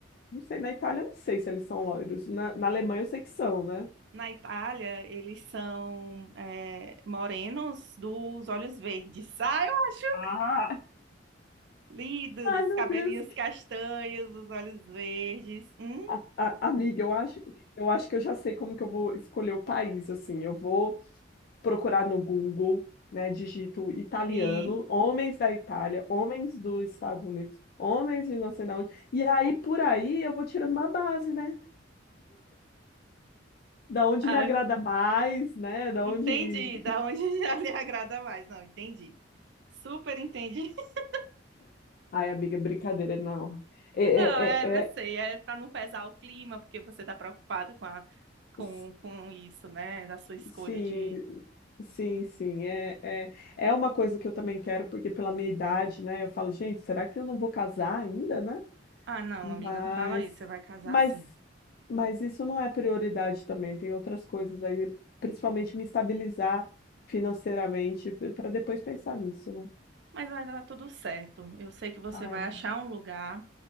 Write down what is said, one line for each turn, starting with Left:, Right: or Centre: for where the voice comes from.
Left: não sei, na Itália eu não sei se eles são loiros. Na, na Alemanha eu sei que são, né?
Right: Na Itália, eles são eh, morenos dos olhos verdes. Ah, eu acho
Left: Ah,
Right: Lindos,
Left: <laughs> Ai, meu
Right: os cabelinhos
Left: Deus.
Right: castanhos, os olhos verdes. Hum,
Left: A- a- Amiga, eu acho, eu acho que eu já sei como que eu vou escolher o país, assim, eu vou procurar no Google, né, digito italiano,
Right: sim.
Left: homens da Itália, homens dos Estados Unidos, homens de não sei de onde, e aí por aí eu vou tirando uma base, né, da onde
Right: Ah,
Left: me agrada mais, né, da
Right: entendi
Left: onde...
Right: da onde <laughs> já lhe agrada mais. Não, entendi. Super entendi. <laughs>
Left: Ai, amiga, brincadeira, não. É,
Right: Não, é,
Left: é,
Right: eu
Left: é,
Right: sei, é para não pesar o clima, porque você tá preocupada com a, com,
Left: é...
Right: com isso, né? Da sua escolha
Left: Sim,
Right: de.
Left: sim, sim. É, é, é uma coisa que eu também quero, porque pela minha idade, né? Eu falo, gente, será que eu não vou casar ainda, né?
Right: Ah, não,
Left: Mas,
Right: amiga, não fala isso, você vai casar
Left: mas,
Right: sim.
Left: mas isso não é prioridade também. Tem outras coisas aí, principalmente me estabilizar financeiramente, para depois pensar nisso, né?
Right: Mas vai dar tudo certo. Eu sei que você
Left: Ai,
Right: vai achar um lugar